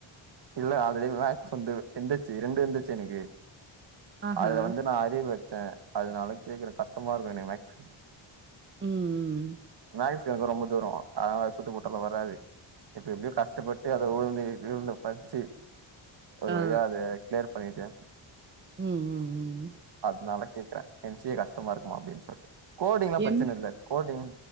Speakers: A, on the right (about 55°); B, on the right (about 25°).
A: இல்ல ஆல்ரெடி மேக்ஸ் வந்து இருந்துச்சு ரெண்டு இருந்துச்சு எனக்கு
B: ஆஹா.
A: அதுல வந்து நா அரியர் வ வச்சே அதனால கேக்குற கஷ்டமாருக்கு எனக்கு மேக்ஸு
B: ம் ம்.
A: மேக்ஸுக்கு எனக்கு ரொம்ப தூரோ அதனால சுட்டு போட்டல வராது இப்ப எப்டியோ கஷ்டப்பட் எப்பயோ அத உழுந்து விழுந்து படிச்சு ஒரு
B: ஆ.
A: வழியா அத கிளியர் பண்ணிட்டே
B: ம் ம் ம்.
A: அதனால கேக்குறே எம் சி ஏ கஷ்டமாருக்கும்மா அப்டின்னு சொல்ட்டு கோடிங்ல்லா பிரச்சன
B: எம்
A: இல்ல கோடிங்